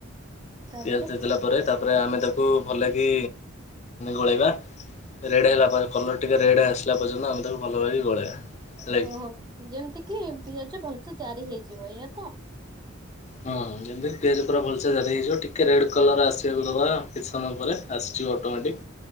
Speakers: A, on the right (about 20°); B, on the left (about 35°).
A: ତାପରେ
B: ପିଆଜ ଦେଲା ତାପରେ ତାପରେ ଆମେ ତାକୁ ଭଲକି ଗୋଳେଇବା। ରେଡ଼୍ ହେଲା ପରେ କଲର୍ ଟିକେ ରେଡ଼୍ ଆସିଲା ପର୍ଯ୍ୟନ୍ତ ଆମେ ତାକୁ ଭଲ ଭାବେ ଗୋଳେଇବା।
A: ଓହୋ ଯେମିତି କି ପିଆଜ ଭଲ ସେ ଜାରି ହେଇଯିବ ଏଇଆ ତ।
B: ହଁ ଯେମିତି ପିଆଜ ପୁରା ଭଲସେ ଜାରି ହେଇଯିବ ଟିକେ ରେଡ୍ କଲର୍ ଆସିବାକୁ ଦବା କିଛି ସମୟ ପରେ ଆସିଯିବ ଅଟୋମେଟିକ।